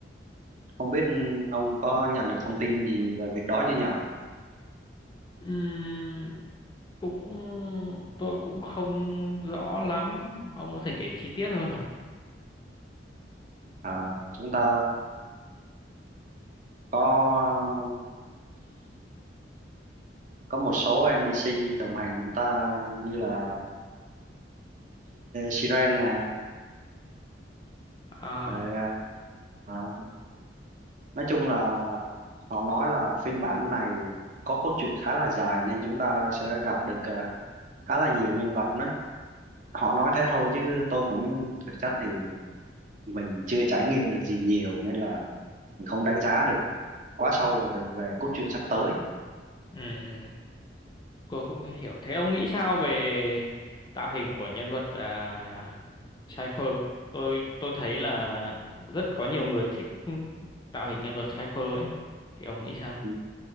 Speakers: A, on the right; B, on the left.
A: Không biết ông có nhận được thông tin gì về việc đó chưa nhỉ?
B: Ừm, cũng tôi cũng không rõ lắm ông có thể kể chi tiết hơn không
A: À, chúng ta có có một số NPC đồng hành chúng ta như là Siren nè,
B: À,
A: rồi, à, nói chung là họ nói là phiên bản này có cốt truyện khá là dài nên chúng ta sẽ gặp được ờ, khá là nhiều nhân vật nó họ nói thế thôi chứ tôi cũng thực chất thì mình chưa trải nghiệm được gì nhiều nên là mình không đánh giá được quá sâu vào được về cốt truyện sắp tới
B: ừ, ừ. cô cũng hiểu. Thế ông nghĩ sao về tạo hình của nhân vật à, Cypher? Tôi tôi thấy là rất có nhiều người thích tạo hình nhân vật Cypher ấy. Thì ông nghĩ sao?
A: Ừ,